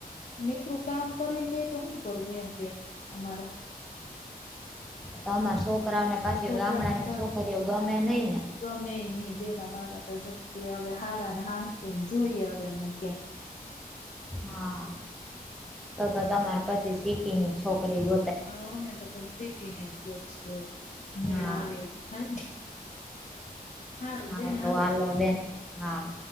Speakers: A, on the left; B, in the centre.
A: નીકરું કામ કરીને દે તો શું કરવું એમ બે અમારે
B: તો અરા છોકરાઓને પાછી
A: છોકરાને
B: ગામડા ની
A: પણ
B: છોકરીઓ ગમે નઈ ને
A: ગમે નહી બેન મારા તો જતી હવે હારા ને હાતુંને જોઈએ હવે અમે ક્યાંક
B: હા તો તો તમારે પછી સિટીની છોકરી બ
A: હ અમે તો પ સીટી ને ગોતશું મેળા
B: હા
A: આવે એવું થાય ને હારુંબેન
B: હારું
A: હાલો તો હવે
B: બેન
A: હ
B: હા